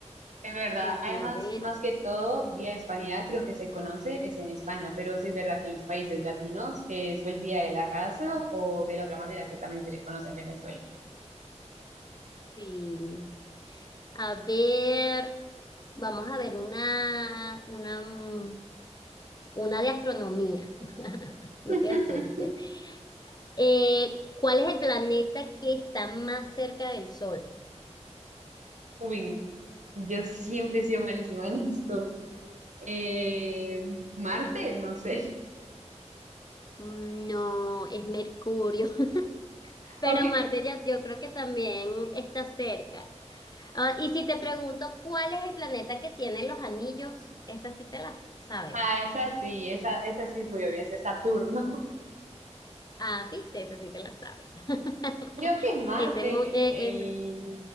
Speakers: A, on the right; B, on the left.
A: es verdad.
B: Mm,
A: Además,
B: A ver,
A: más
B: a ver,
A: que todo, Día de Hispanidad creo que se conoce es en España, pero sí es verdad que en los países latinos es o el Día de la Raza o de la otra manera que también se le conoce en Venezuela.
B: sí. A ver, vamos a ver una, una, mm, una de astronomía. <laughs> No
A: <laughs>
B: te asustes. Eh, ¿cuál es el planeta que está más cerca del Sol?
A: Uy, yo siempre he sido malísima en esto. Eh, Marte, no sé. <laughs>
B: Mm, No, es Mercurio. Pero
A: Ok.
B: Marte ya, yo creo que también está cerca. Ah, y si te pregunto cuál es el planeta que tiene los anillos, esa sí te la sabes.
A: Ah, esa sí, esa, esa sí es muy obvia, esa es Saturno.
B: Ah, viste, esa sí te la sabes. <laughs>
A: <laughs> Creo que Marte
B: Ese es muy,
A: es
B: eh,
A: el,
B: em,